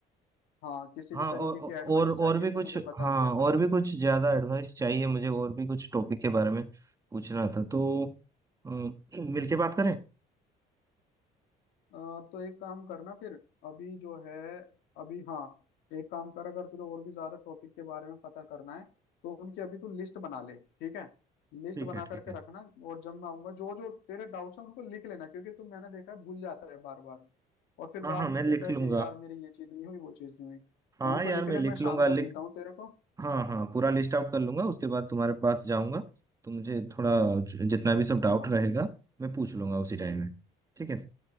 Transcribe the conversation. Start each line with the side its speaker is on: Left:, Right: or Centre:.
Left: हाँ किसी
Right: हाँ
Left: भी
Right: और
Left: तरीके की एडवाइस
Right: और
Left: चाहिए
Right: और भी
Left: तो
Right: कुछ
Left: मुझे बता
Right: हाँ
Left: दिया कर
Right: और भी कुछ ज्यादा एडवाइस चाहिए मुझे और भी कुछ टॉपिक के बारे में पूछना था तो अ, मिलके बात करें
Left: आ, तो एक काम करना फिर अभी जो है अभी हाँ एक काम कर अगर तुझे और भी ज्यादा टॉपिक के बारे में पता करना है तो उनकी अभी तू लिस्ट बना ले ठीक है लिस्ट
Right: ठीक
Left: बना
Right: है ठीक
Left: करके
Right: है
Left: रखना और जब मैं आऊंगा जो जो तेरे डाउट्स हैं उनको लिख लेना क्योंकि तू मैंने देखा है भूल जाता है बार बार और फिर बाद
Right: हाँ हाँ मैं
Left: में
Right: लिख
Left: कहता है
Right: लूंगा
Left: कि यार मेरी ये चीज नहीं हुई वो चीज नहीं हुई
Right: हाँ
Left: उनको
Right: यार
Left: लिख
Right: मैं
Left: ले
Right: लिख
Left: मैं
Right: लूंगा
Left: शाम को
Right: लिख
Left: मिलता हूँ तेरे को
Right: हाँ हाँ पूरा लिस्ट आउट कर लूंगा उसके बाद तुम्हारे पास जाऊंगा तो मुझे थोड़ा ज- जितना भी सब डाउट
Left: हाँ
Right: रहेगा मैं पूछ लूंगा उसी टाइम में ठीक है